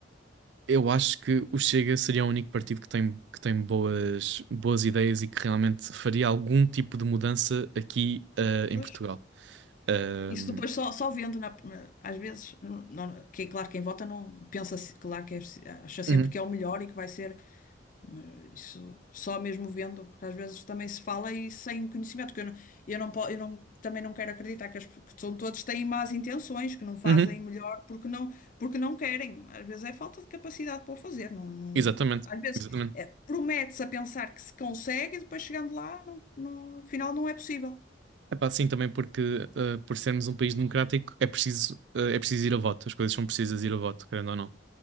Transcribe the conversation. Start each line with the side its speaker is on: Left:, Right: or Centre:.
Right: Eu acho que o Chega seria o único partido que tem, que tem boas, boas ideias e que realmente faria algum tipo de mudança aqui eh, em
Left: Pois,
Right: Portugal. Ahm,
Left: isso depois só, só vendo, na- na- às vezes, não- não- que, claro, quem vota não pensa, se- claro que é- acha sempre
Right: uhum,
Left: que é o melhor e que vai ser Mas Isso só mesmo vendo, porque às vezes também se fala e sem conhecimento, que eu não, eu não, po- eu não- também não quero acreditar que, as, que são todos têm más intenções, que não fazem
Right: uhum,
Left: melhor porque não, porque não querem. Às vezes é falta de capacidade para o fazer. Não, não-
Right: exatamente,
Left: às vezes
Right: exatamente.
Left: é, promete-se a pensar que se consegue e depois chegando lá, não, não, afinal não é possível.
Right: Epá, sim, também porque eh, por sermos um país democrático é preciso, eh, é preciso ir a voto, as coisas são precisas ir a voto, querendo ou não.